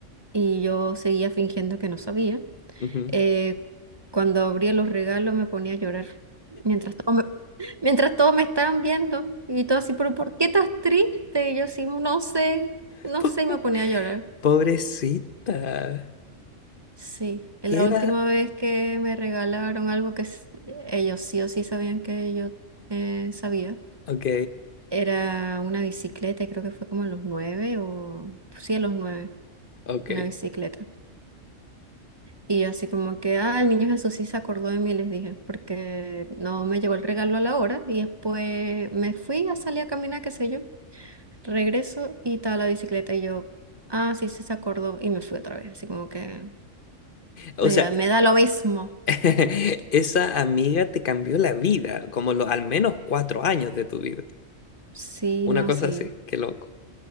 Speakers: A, on the right (about 25°); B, on the left (about 45°).
A: y yo seguía fingiendo que no sabía,
B: Ujú.
A: eh, cuando abría los regalos me ponía a llorar. Mientras todo me, <laughs> mientras todos me estaban viendo y todo así, pero ¿por qué estás triste? Y yo así, no sé,
B: <laughs>
A: no
B: Pobre-
A: sé, y me ponía a llorar.
B: Pobrecita.
A: Sí, la
B: Queda.
A: última vez que me regalaron algo que s- ellos sí o sí sabían que yo eh, sabía,
B: Ok,
A: era una bicicleta, y creo que fue como a los nueve o sí, a los nueve,
B: ok.
A: una bicicleta. Y yo así como que, ah, el niño Jesús sí se acordó de mí, les dije, porque no me llegó el regalo a la hora y después me fui a salir a caminar, qué sé yo, regreso y estaba la bicicleta y yo, ah, sí, sí se acordó y me fui otra vez, así como que
B: O
A: me
B: sea,
A: dio- me da lo mismo.
B: <laughs> esa amiga te cambió la vida, como lo, al menos cuatro años de tu vida.
A: Sí,
B: Una
A: no,
B: cosa
A: sí.
B: así, qué loco.